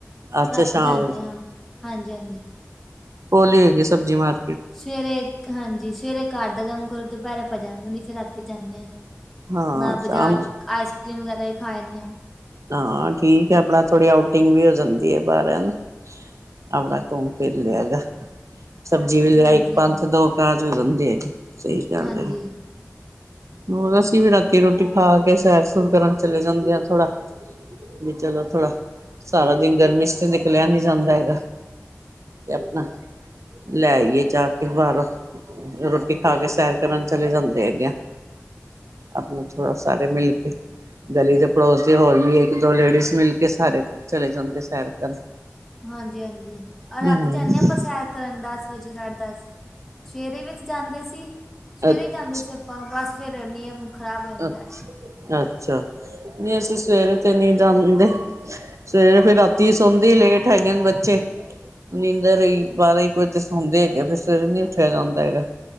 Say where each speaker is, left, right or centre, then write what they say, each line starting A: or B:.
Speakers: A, on the right; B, in the centre.
A: ਅੱਛਾ
B: ਰਾਤੀ
A: ਸ਼ਾਮ
B: ਜਾਂਦੇ
A: ਵੇਲੇ
B: ਹਾਂ, ਹਾਂਜੀ-ਹਾਂਜੀ।
A: ਪੋਲੀ ਹੈਗੀ ਸਬਜ਼ੀ ਮਾਰ,
B: ਸਵੇਰੇ ਹਾਂਜੀ ਸਵੇਰੇ ਕਾਰ ਦਾ ਕੰਮ ਕਰੋ ਦੁਪਹਿਰੇ ਪੈ ਜਾਂਦਾ। ਫਿਰ ਰਾਤੀ ਜਾਂਦੇ ਹਾਂ
A: ਹਾਂ
B: ਨਾ ਬਾਜ਼ਾਰ
A: ਸ਼ਾਮ
B: ਆਈਸ ਕ੍ਰੀਮ ਵਗੈਰਾ ਹੀ ਖਾ ਲਦੇ ਹਾਂ।
A: ਹਾਂ ਠੀਕ ਹੈ ਆਪਣਾ ਥੋੜ੍ਹੀ ਆਊਟਿੰਗ ਵੀ ਹੋ ਜਾਂਦੀ ਹੈ, ਬਾਹਰ ਹਨਾ। ਆਪਣਾ ਘੁੰਮ ਫਿਰ ਲਿਆ। ਸਬਜ਼ੀ ਵੀ ਲਿਆ,
B: ਹਾਂਜੀ
A: ਇੱਕ ਪੰਥ
B: ਹਾਂਜੀ
A: ਦੋ ਕਾਜ ਹੋ ਜਾਂਦੇ ਆ ਸਹੀ ਗੱਲ
B: ਹਾਂਜੀ
A: ਐ। ਉਹ ਅਸੀਂ ਵੀ ਰਾਤੀ ਰੋਟੀ ਖਾ ਕੇ, ਸੈਰ ਸੁਰ ਕਰਨ ਚਲੇ ਜਾਂਦੇ ਆ ਥੋੜਾ। ਵੀ ਚਲੋ ਥੋੜਾ ਸਾਰਾ ਦਿਨ ਗਰਮੀ ਚ ਤੇ ਨਿਕਲਿਆ ਨੀ ਜਾਂਦਾ ਹੈਗਾ। ਤੇ ਆਪਣਾ ਲੈ ਆਏ ਜਾ ਕੇ ਬਾਹਰੋਂ, ਰੋਟੀ ਖਾ ਕੇ ਸੈਰ ਕਰਨ ਚਲੇ ਜਾਂਦੇ ਹੈਗੇ ਆ। ਆਪ ਨੂੰ ਥੋੜਾ ਸਾਰੇ ਮਿਲ ਕੇ, ਗਲੀ ਦੇ ਪੜੋਸ ਦੇ ਹੋਰ, ਦੋ ਲੇਡੀਜ਼ ਮਿਲ ਕੇ ਸਾਰੇ, ਚਲੇ ਜਾਂਦੇ ਸੈਰ ਕਰਨ
B: ਹਾਂਜੀ, ਹਾਂਜੀ
A: ਹਮ
B: ਰਾਤੀ ਜਾਂਦੇ ਹਾਂ ਆਪਾਂ ਸੈਰ ਕਰਨ ਦਸ ਵਜੇ ਸਾਢੇ ਦਸ ਸਵੇਰੇ ਵੀ ਜਾਂਦੇ ਸੀ ਸਵੇਰੇ
A: ਅੱਛਾ
B: ਹੀ ਜਾਂਦੇ ਸੀ। ਆਪਾਂ ਬਸ ਫੇਰ ਨਿਯਮ ਖ਼ਰਾਬ ਹੋ ਜਾਂਦਾ
A: ਅੱ ਅੱਛਾ ਨਹੀਂ, ਅਸੀਂ ਸਵੇਰੇ ਤੇ ਨਹੀਂ ਜਾਦੇ। ਸਵੇਰੇ ਫਿਰ ਰਾਤੀ ਸੌਣਦੀ ਲੇਟ ਹੈਗੇ ਨੇ ਬੱਚੇ। ਨੀਂਦਰ ਹੀ ਬਾਰਾਂ ਇੱਕ ਵਜੇ ਤੇ ਸੌਂਦੇ ਹੈਗੇ, ਫਿਰ ਸਵੇਰੇ ਨੀ ਉੱਠਿਆ ਜਾਂਦਾ ਹੈਗਾ।